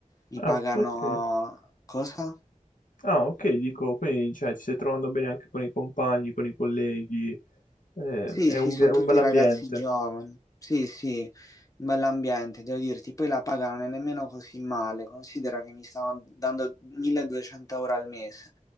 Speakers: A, on the left; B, on the left.
A: mi
B: Ah,
A: pagano
B: ok.
A: cosa?
B: Ah, ok, dico, quindi, cioè, ti stai trovando bene anche con i compagni, con i colleghi, eh,
A: Sì,
B: è
A: sì,
B: un,
A: sono
B: bel
A: tutti
B: ambiente.
A: ragazzi giovani. Sì, sì, un bell'ambiente, devo dirti. Poi la paga non è nemmeno così male. Considera che mi stanno dando 1200 euro al mese.